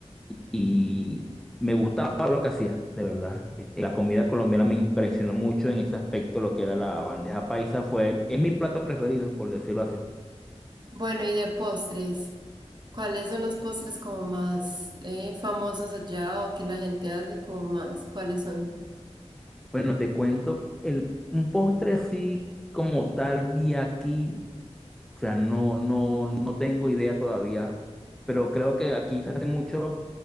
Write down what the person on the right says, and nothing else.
Bueno, y de postres, ¿cuáles son los postres como más eh, famosos allá o que la gente hace como más? ¿Cuáles son?